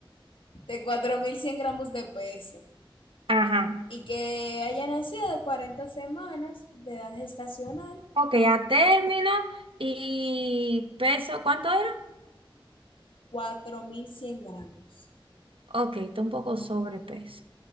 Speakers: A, on the left; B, on the right.
A: de 4.100 gramos de peso
B: Ajá.
A: y que haya nacido de 40 semanas de edad gestacional,
B: Ok, a término y peso, ¿cuánto era?
A: 4.100 gramos.
B: Ok, está un poco sobrepeso.